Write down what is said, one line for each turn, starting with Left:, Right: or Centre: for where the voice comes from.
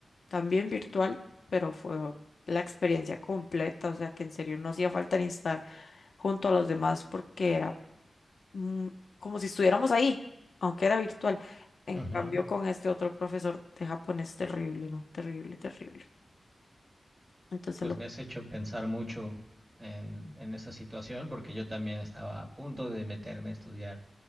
Left: también virtual, pero fue la experiencia completa, o sea que en serio no hacía falta ni estar junto a los demás porque era mm, como si estuviéramos ahí, aunque era virtual. En
Right: Ujú.
Left: cambio, con este otro profesor de japonés, terrible, ¿no? Terrible, terrible. Entonces
Right: Pues
Left: lo...
Right: me has hecho pensar mucho en, en esa situación porque yo también estaba a punto de meterme a estudiar